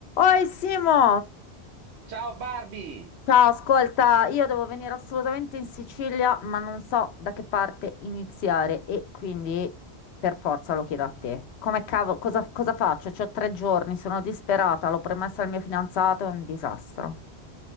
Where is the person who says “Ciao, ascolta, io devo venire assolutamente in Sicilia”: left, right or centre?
Left